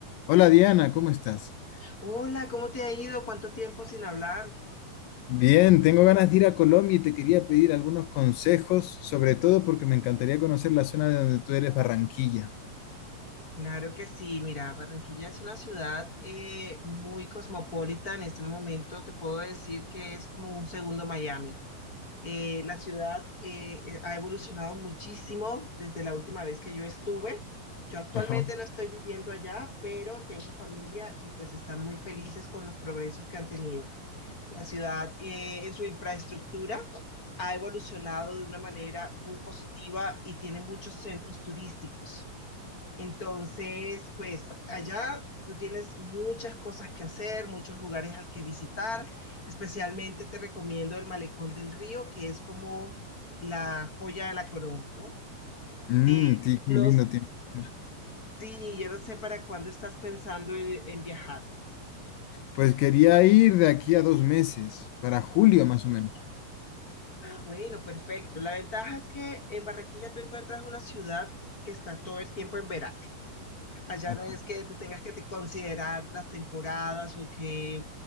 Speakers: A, on the left; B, on the left.
A: Hola Diana, ¿cómo estás?
B: Hola, ¿cómo te ha ido? ¿Cuánto tiempo sin hablar?
A: Bien, tengo ganas de ir a Colombia y te quería pedir algunos consejos, sobre todo porque me encantaría conocer la zona de donde tú eres, Barranquilla.
B: Claro que sí, mira, Barranquilla es una ciudad eh, muy cosmopolita en este momento, te puedo decir que es como un segundo Miami. Eh, la ciudad eh, eh, ha evolucionado muchísimo desde la última vez que yo estuve. Yo actualmente
A: Ajá.
B: no estoy viviendo allá, pero tengo familia y pues están muy felices con los progresos que han tenido. La ciudad eh, en su infraestructura ha evolucionado de una manera muy positiva y tiene muchos centros turísticos. Entonces, pues allá tú tienes muchas cosas que hacer, muchos lugares al que visitar. Especialmente te recomiendo el Malecón del Río, que es como la joya de la corona, ¿no?
A: Mm,
B: Eh,
A: ti- qué
B: no,
A: lindo tiene que ser.
B: sí, yo no sé para cuándo estás pensando en en viajar.
A: Pues quería ir de aquí a dos meses, para julio más o menos.
B: Bueno, perfecto. La ventaja es que en Barranquilla tú encuentras una ciudad que está todo el tiempo en verano. Allá
A: Ajá.
B: no es que tú tengas que te considerar las temporadas o que